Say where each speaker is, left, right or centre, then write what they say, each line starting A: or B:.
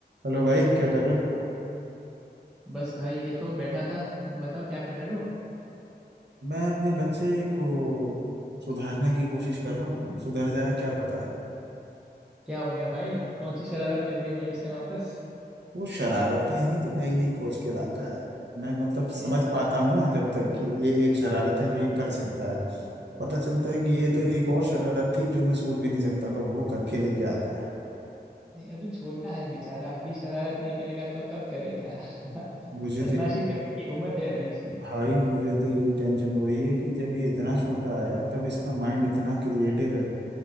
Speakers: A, on the right; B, in the centre.
A: Hello भाई क्या कर रहे हो
B: बस भाई देखो बैठा था तुम बताओ क्या कर रहे हो
A: मैं अपने बच्चे को सुधारने की कोशिश कर रहा हूँ सुधर जाए क्या पता
B: क्या हो गया भाई कौन सी शरारत कर दी नहीं उसने वापस
A: वो शरारतें ही तो नई नई खोज के लाता है मैं मतलब
B: <laughs>
A: समझ पाता हूँ ना जब तक कि ये एक शरारत है जो ये कर सकता है पता चलता है कि ये तो एक और शरारत थी जो मैं सोच भी नहीं सकता था वो करके लेके आता है
B: नहीं अभी छोटा है बेचारा अभी शरारत नहीं करेगा तो कब करेगा <laughs>
A: मुझे
B: बदमाशी
A: तो ये
B: करने की उम्र है अभी इसकी
A: भाई मुझे तो यही टेंशन हो रही है कि जब ये इतना छोटा है तब इसका माइंड इतना क्रिएटिव है